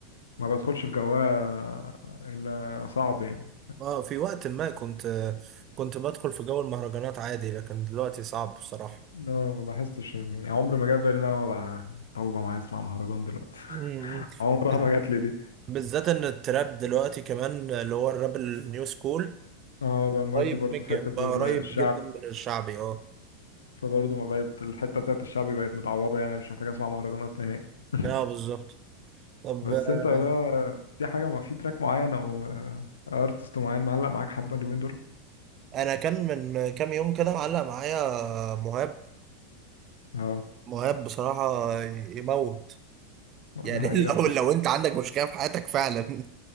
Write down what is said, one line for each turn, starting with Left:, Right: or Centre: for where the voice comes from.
Left: ما بدخلش في جواها الا صعب يعني
Right: اه في وقت ما كنت كنت بدخل في جو المهرجانات عادي لكن دلوقتي صعب بصراحة
Left: لا ما بحسش يعني عمري ما جاب بالي ان انا اقعد طالبه معايا اسمع مهرجان دلوقتي
Right: مم.
Left: <laughs> عمرها
Right: بز-
Left: ما جات لي دي
Right: بالذات ان التراب دلوقتي كمان اللي هو الراب النيو سكول
Left: اه بقى مودي
Right: قريب
Left: برضه
Right: من الج-
Left: في حته
Right: قريب
Left: الشعب
Right: جدا من الشعبي اه
Left: فبرضه ما بقت الحته بتاعت الشعبي بقت متعوضه يعني مش محتاج اسمع مهرجانات نهائي <laughs>
Right: اه بالظبط طب
Left: بس
Right: آه،
Left: انت بقى في حاجة ما في تراك معين او ارتست معين معلق معاك حبة اليومين دول
Right: انا كان من كام يوم كده معلق معايا مهاب
Left: اه
Right: مهاب بصراحة يموت يعني
Left: ده حقيقة
Right: <laughs> لو
Left: بصراحة
Right: لو انت عندك مشكلة في حياتك فعلا <laughs>